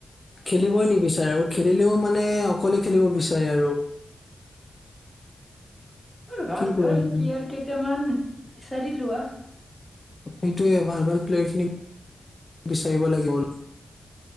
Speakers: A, on the left; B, in the centre.
A: খেলিবই নিবিচাৰে আৰু খেলিলেও মানে অকলে খেলিব বিচাৰে আৰু।
B: ভাল
A: কি কৰিম
B: ভাল প্লেয়াৰ কেইটামান বিচাৰি লোৱা?
A: সেইটোৱে ভাল ভাল প্লেয়াৰ খিনি। বিচাৰিব লাগিব।